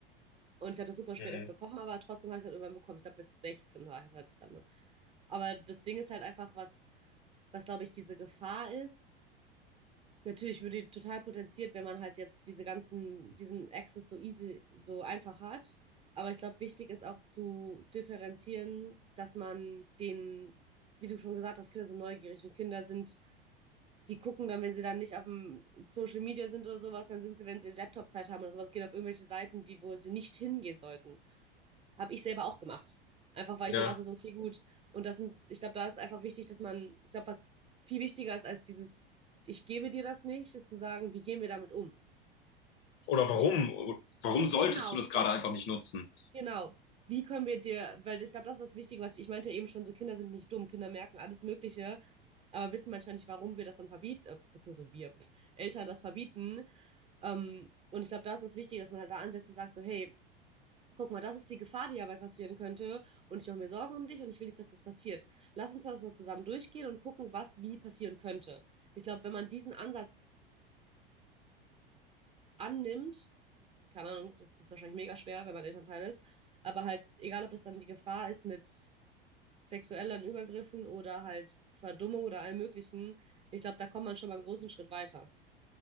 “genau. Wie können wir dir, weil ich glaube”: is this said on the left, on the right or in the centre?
Right